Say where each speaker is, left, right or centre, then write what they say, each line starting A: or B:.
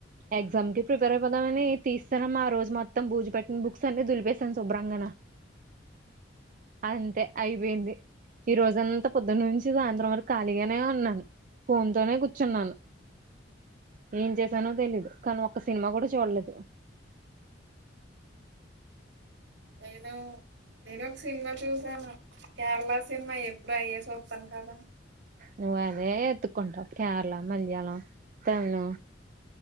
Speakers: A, on the right; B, on the right.
A: ఎగ్జామ్ కి ప్రిపేర్ అయిపోతామని తీస్తా మా రోజు మొత్తం భూజు పట్టి బక్స్ అన్ని దులిపేశాను శుభ్రంగాను అంతే అయిపోయింది. ఈ రోజంతా పొద్దుటి నుంచి సాయంత్రం వరకు ఖాళీగానే ఉన్నాను ఫోన్ తోనే కూర్చున్నాను ఏం చేసానో తెలీదు కానీ ఒక్క సినిమా కూడా చూడలేదు
B: ఏదో నేను ఒక సినిమా చూసాను కేరళ సినిమా ఎప్పుడు అయ్యే చూస్తాను కదా
A: నువ్వు అదే ఎత్తుకుంటావు కేరళ మలయాళం తమిళ